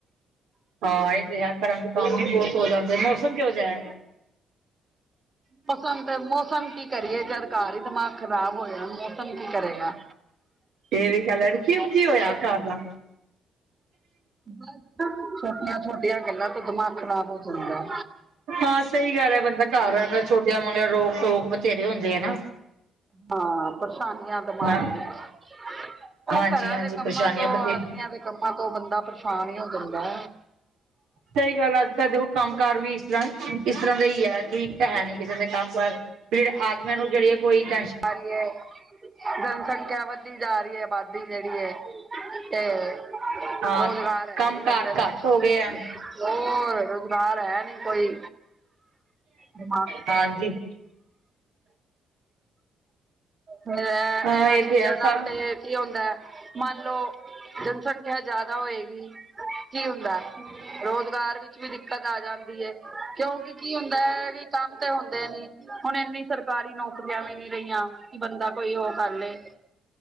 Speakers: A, on the right; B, on the right.
A: ਹਾਂ ਇਹ ਤੇ ਹੈ, ਘਰਾਂ ਦੇ ਕੰਮ ਵੀ ਬਹੁਤ ਹੋ ਜਾਂਦੇ, ਮੌਸਮ ਕਿਹੋ ਜਿਹਾ ਹੈ।
B: ਪਸੰਦ ਤੇ, ਮੌਸਮ ਕੀ ਕਰੇ ਏ, ਜਾਦ ਘਾਰ ਹੀ ਦਿਮਾਗ ਖ਼ਰਾਬ ਹੋਯਾ, ਮੌਸਮ ਕੀ ਕਰੇਗਾ।
A: ਇਹ ਵੀ ਗੱਲ ਹੈ, ਕਿਉ ਕੀ ਹੋਇਆ ਘਰ ਦਾ
B: ਬਸ ਛੋਟੀਆਂ, ਛੋਟੀਆਂ ਗੱਲਾਂ ਤੋਂ ਦਿਮਾਗ ਖਰਾਬ ਹੋ ਜਾਂਦਾ।
A: ਹਾਂ ਸਹੀ ਗੱਲ ਹੈ, ਬੰਦਾ ਘਰ ਰਹਦਾ, ਛੋਟੀਆਂ ਮੋਟੀਆਂ ਰੋਕ ਟੋਕ ਵਥੇਰੇ ਹੁੰਦੇ ਹੈ।
B: ਹਾਂ ਪਰੇਸ਼ਾਨੀਆਂ ਦਿਮਾਗ
A: ਹਾਂ,
B: ਵਿਚ, ਉਹ
A: ਹਾਂਜੀ
B: ਘਰਾਂ
A: ਹਾਂਜੀ,
B: ਦੇ ਕੰਮਾਂ
A: ਪਰੇਸ਼ਾਨੀਆਂ
B: ਤੋਂ
A: ਬਥੇਰੀ
B: ਆਦਮੀਆਂ ਦੇ ਕੰਮਾਂ ਤੋਂ ਬੰਦਾ ਪਰੇਸ਼ਾਨ ਹੀ ਹੋ ਜਾਂਦਾ।
A: ਸਹੀ ਗੱਲ ਹੈ, ਅੱਜ ਕ੍ਹ ਦੇਖੋ ਕੰਮ ਕਾਰ ਵੀ ਇਸ ਤਰ੍ਹਾਂ ਇਸ ਤਰ੍ਹਾਂ ਦੇ ਹੀ ਹੈ। ਠੀਕ ਤਾਂ ਹੈ ਨੀ, ਕਿਸੇ ਦੇ ਕੰਮ ਕਾਰ, ਫਿਰ ਆਦਮੀਆਂ ਨੂੰ ਜਿਹੜੀ ਹੈ ਕੋਈ ਟ
B: ਜਾ ਰਹੀ ਹੈ, ਜਨਸੰਖਿਆ ਵੱਧਦੀ ਜਾ ਰਹੀ ਹੈ, ਆਬਾਦੀ ਜਿਹੜੀ ਹੈ। ਤੇ,
A: ਹਾਂ,
B: ਰੋਜ਼ਗਾਰ ਹੈ
A: ਕੰਮ
B: ਨੀ
A: ਕਾਰ
B: ਬੰਦੇ ਦਾ
A: ਘੱਟ
B: ਤਾਂ
A: ਹੋ ਗਏ ਆ,
B: ਹੋਰ ਰੋਜ਼ਗਾਰ ਹੈ ਨੀ ਕੋਈ, ਦਿਮਾਗ <inaudible>
A: ਹਾਂਜੀ
B: ਫੇਰ
A: ਹਾਂ
B: ਇਹਨਾਂ
A: ਇਹ
B: ਚੀਜ਼ਾਂ
A: ਤੇ ਹੈ
B: ਨਾਲ ਤੇ ਕੀ ਹੁੰਦਾ, ਮੰਨ ਲਓ ਜਨਸੰਖਿਆ ਜਿਆਦਾ ਹੋਏਗੀ। ਕੀ ਹੁੰਦਾ, ਰੋਜ਼ਗਾਰ ਵਿੱਚ ਵੀ ਦਿੱਕਤ ਆ ਜਾਂਦੀ ਹੈ। ਕਿਉਂਕਿ ਕੀ ਹੁੰਦਾ ਹੈ, ਵੀ ਕੰਮ ਤੇ ਹੁੰਦੇ ਨੀ ਹੁਣ ਇੰਨੀ ਸਰਕਾਰੀ ਨੌਕਰੀਆਂ ਵੀ ਨਹੀਂ ਰਹੀਆਂ, ਕਿ ਬੰਦਾ ਕੋਈ ਉਹ ਕਰ ਲਏ।